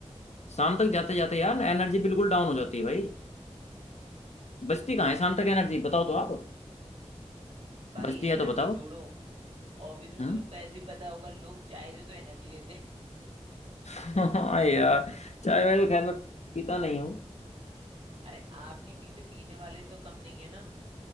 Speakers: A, on the left; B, on the right.
A: शाम तक जाते जाते यार एनर्जी बिल्कुल डाउन हो जाती है भाई बचती कहाँ है शाम तक एनर्जी बताओ तो आप
B: भाई
A: बचती है
B: एनर्जी
A: तो बताओ
B: जोड़ो ऑफिस में
A: हम्म
B: तुम्हें वैसे ही पता होगा लोग चाय से तो एनर्जी लेते हैं
A: <laughs> हाँ यार चाय मैं तो खैर मैं पीता नहीं हूँ
B: <laughs> अरे आप नहीं पीते पीने वाले तो कम नहीं है ना